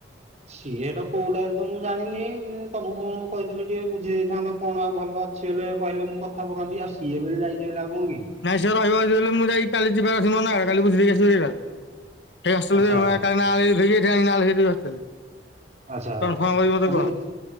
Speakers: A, on the right; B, on the left.
A: ସିଏ ହେଟା କୋଉଟା ବୋଲି ତ ମୁଁ ଜାଣିନି କିନ୍ତୁ ତମକୁ ମୁଁ କଇଦୋଉଚି ଟିକେ ବୁଝେଇ ଦେଇଥାନ୍ତ କଣ ଆଉ ଭଲ କିଛି ହେଲେ କହିଲେ ମୁଁ କଥା ପକାନ୍ତି ଆଉ ସିଏ ବଲେ ଯାଇଛି ବୋଲେ ଆଉ କଣ କି?
B: ନାଇଁ ସିଏ ରହିବ ଯଦି ହେଲେ ମୁଁ ଯାଇ କାଲି ଯିବା କଥା <unintelligible> କାଲି ବୁଝି ଦେଇ ଆସିଲେ ଯିବା। ସେଇ ହଷ୍ଟେଲରେ
A: ଆଚ୍ଛା ହଉ
B: କାଲି ନାଁ ଲିଭେଇକି ଏଠି ନାଁ ଲେଖେଇ ଦେବି ହଷ୍ଟେଲରେ।
A: ଆଚ୍ଛା
B: କନଫର୍ମ
A: ହଉ।
B: କରିକି ମତେ
A: ଆଉ
B: କୁହ।
A: ଟିକେ